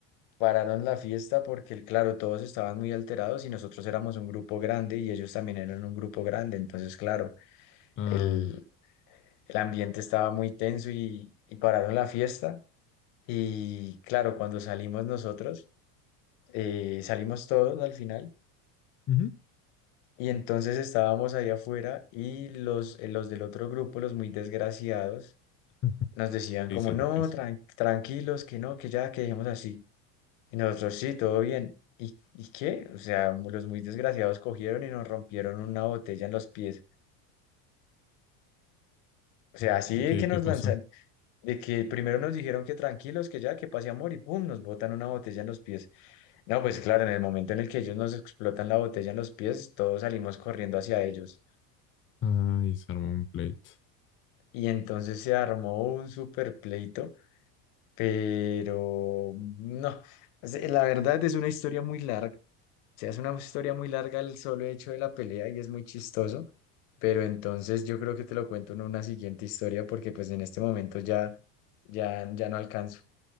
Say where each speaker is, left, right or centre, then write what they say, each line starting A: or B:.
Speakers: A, on the left; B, on the left.
A: Pararon la fiesta porque, claro, todos estaban muy alterados y nosotros éramos un grupo grande y ellos también eran un grupo grande. Entonces, claro,
B: Ah,
A: el, el ambiente estaba muy tenso y, y pararon la fiesta. Y claro, cuando salimos nosotros, eh, salimos todos al final.
B: ujú.
A: Y entonces estábamos ahí afuera y los, eh, los del otro grupo, los muy desgraciados,
B: <laughs> Ajá.
A: nos decían
B: ¿Qué
A: como,
B: hicieron?
A: no,
B: ¿Qué hicieron?
A: tran- tranquilos, que no, que ya, que dejemos así. Y nosotros, sí, todo bien. ¿Y, y qué? O sea, mu- los muy desgraciados cogieron y nos rompieron una botella en los pies. O sea,
B: Ay,
A: así
B: ¿Y
A: de
B: qué,
A: que
B: qué
A: nos
B: pasó?
A: lanzan, de que primero nos dijeron que tranquilos, que ya, que pase amor, y pum, nos botan una botella en los pies. No, pues claro, en el momento en el que ellos nos explotan la botella en los pies, todos salimos corriendo hacia ellos.
B: Ay, se armó un pleito.
A: Y entonces se armó un super pleito, pero no, o sea, la verdad es una historia muy larga. Se hace una historia muy larga el solo hecho de la pelea y es muy chistoso, pero entonces yo creo que te lo cuento en una siguiente historia porque pues en este momento ya, ya, ya no alcanzo.